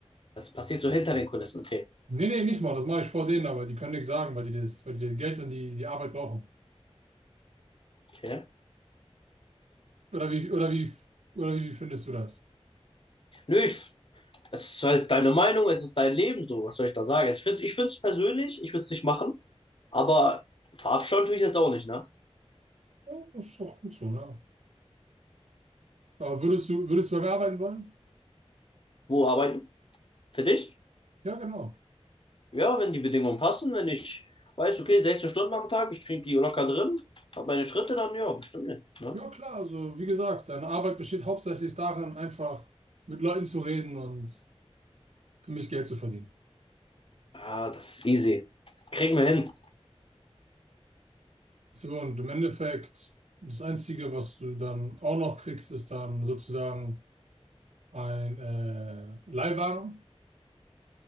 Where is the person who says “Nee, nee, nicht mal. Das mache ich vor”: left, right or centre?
Right